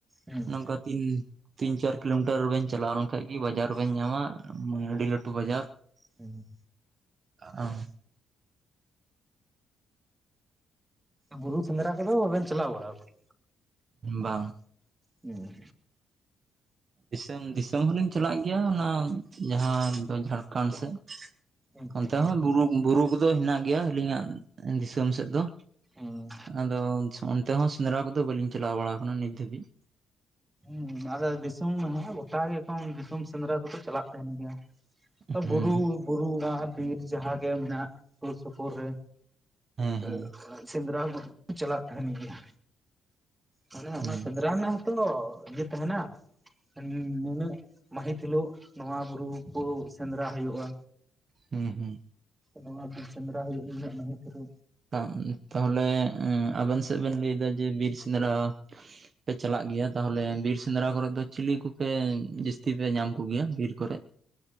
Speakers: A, on the right; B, on the right.
A: ᱦᱩᱸ
B: ᱱᱚᱝᱠᱟ ᱛᱤᱱ ᱛᱤᱱ ᱪᱟᱨ ᱠᱤᱞᱳᱢᱤᱴᱟᱨ ᱵᱤᱱ ᱪᱟᱞᱟᱣ ᱞᱮᱱᱠᱷᱟᱡ ᱜᱮ ᱵᱟᱡᱟᱨ ᱵᱤᱱ ᱧᱟᱢᱟ᱾ ᱟᱹᱰᱤ ᱞᱟᱹᱴᱩ ᱵᱟᱡᱟᱨ,
A: ᱦᱮᱸ᱾
B: ᱟ, ᱟᱢ
A: ᱵᱩᱨᱩ ᱥᱮᱸᱫᱽᱨᱟ ᱠᱚᱫᱚ ᱵᱟᱵᱮᱱ ᱪᱟᱞᱟᱣ ᱵᱟᱲᱟ ᱟᱠᱟᱱᱟ᱾
B: ᱵᱟᱝ᱾
A: ᱦᱩᱸ᱾
B: ᱫᱤᱥᱚᱢ, ᱫᱤᱥᱚᱢ ᱦᱚᱸᱞᱤᱧ ᱪᱟᱞᱟᱜ ᱜᱮᱭᱟ ᱚᱱᱟ ᱡᱟᱦᱟᱸ ᱫᱚ ᱡᱷᱟᱲᱠᱷᱚᱱᱰ ᱥᱮᱡ᱾
A: ᱦᱩᱸ ᱦᱩᱸ
B: ᱚᱱᱛᱮ ᱦᱚᱸ ᱵᱩᱨᱩ, ᱵᱩᱨᱩ ᱠᱚᱫᱚ ᱦᱮᱱᱟᱜ ᱜᱮᱭᱟ ᱟᱹᱞᱤᱧᱟᱜ ᱫᱤᱥᱚᱢ ᱥᱮᱫ ᱫᱚ᱾
A: ᱦᱩᱸ᱾
B: ᱟᱫᱚ ᱚᱱᱛᱮ ᱦᱚᱸ ᱥᱮᱸᱫᱽᱨᱟ ᱠᱚᱫᱚ ᱵᱟᱹᱞᱤᱧ ᱪᱟᱞᱟᱣ ᱵᱟᱲᱟᱣ ᱠᱟᱱᱟ ᱱᱤᱛ ᱫᱷᱟᱹᱵᱤᱡ᱾
A: ᱦᱩᱸ, ᱟᱫᱚ ᱫᱤᱥᱚᱢ ᱜᱮ ᱦᱮᱱᱟᱜ-ᱟ, ᱜᱚᱴᱟ ᱜᱮ ᱮᱠᱷᱚᱱ ᱫᱤᱥᱚᱢ ᱥᱮᱸᱫᱽᱨᱟ ᱫᱚᱠᱚ ᱪᱟᱞᱟᱜ ᱛᱟᱦᱮᱱ ᱜᱮᱭᱟ᱾
B: ᱦᱩᱸ
A: ᱵᱩᱨᱩ, ᱵᱩᱨᱩ ᱟᱨ ᱵᱤᱨ ᱡᱟᱦᱟᱸᱟᱜᱮ ᱢᱮᱱᱟᱜ ᱥᱩᱨ ᱥᱩᱯᱩᱨ ᱨᱮ
B: ᱦᱮᱸ
A: <unintelligible>
B: ᱦᱮᱸ
A: ᱥᱮᱸᱫᱽᱨᱟ ᱠᱩ ᱪᱟᱞᱟᱜ ᱛᱟᱦᱮᱱ ᱜᱮᱭᱟ, ᱢᱟᱱᱮ
B: ᱦᱩᱸ
A: ᱚᱱᱟ ᱥᱮᱸᱫᱽᱨᱟ ᱨᱮᱱᱟᱜ ᱦᱚᱸ ᱱᱤᱛᱚᱝ ᱫᱚ ᱤᱭᱟᱹ ᱛᱟᱦᱮᱱᱟ? ᱦᱩᱸᱻ ᱱᱩᱱᱟᱹᱜ ᱢᱟᱹᱦᱤᱛ ᱦᱤᱞᱳᱜ ᱱᱚᱣᱟ ᱵᱩᱨᱩ ᱠᱚ ᱥᱮᱸᱫᱽᱨᱟ ᱦᱩᱭᱩᱜ-ᱟ᱾
B: ᱦᱩᱸ ᱦᱩᱸ᱾
A: ᱱᱚᱣᱟ ᱵᱤᱨ ᱥᱮᱸᱫᱽᱨᱟ ᱦᱩᱭᱩᱜ ᱱᱤᱱᱟᱹᱜ ᱢᱟᱹᱦᱤᱛ ᱨᱮ᱾
B: ᱟᱨ ᱛᱟᱦᱞᱮ ᱟᱵᱮᱱ ᱥᱮᱫ ᱵᱮᱱ ᱞᱟᱹᱭᱫᱟ ᱡᱮ ᱵᱤᱨ ᱥᱮᱸᱫᱽᱨᱟ ᱯᱮ ᱪᱟᱞᱟᱜ ᱜᱮᱭᱟ᱾ ᱛᱟᱦᱚᱞᱮ ᱵᱤᱨ ᱥᱮᱸᱫᱽᱨᱟ ᱠᱚᱨᱮ ᱫᱚ ᱪᱤᱞᱤ ᱠᱚᱯᱮ ᱡᱟᱹᱥᱛᱤ ᱯᱮ ᱧᱟᱢ ᱠᱚᱜᱮᱭᱟ ᱵᱤᱨ ᱠᱚᱨᱮ?